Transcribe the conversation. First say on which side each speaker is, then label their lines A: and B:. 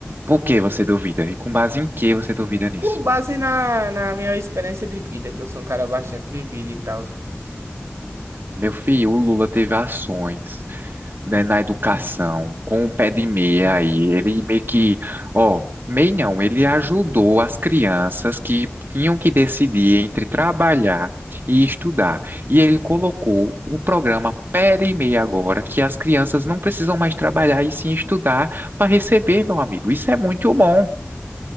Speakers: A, on the right (about 50°); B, on the right (about 85°).
A: por que você duvida? E com base em que você duvida nisso?
B: Com base na, na minha experiência de vida, que eu sou um cara bastante vivido e tal.
A: Meu filho, o Lula teve ações, né, na educação, com o pé de meia
B: Hum.
A: aí. Ele meio que, ó, meio não, ele ajudou as crianças que tinham que decidir entre trabalhar e estudar. E ele colocou o programa pé de meia agora, que as crianças não precisam mais trabalhar e sim estudar para receber, meu amigo. Isso é muito bom.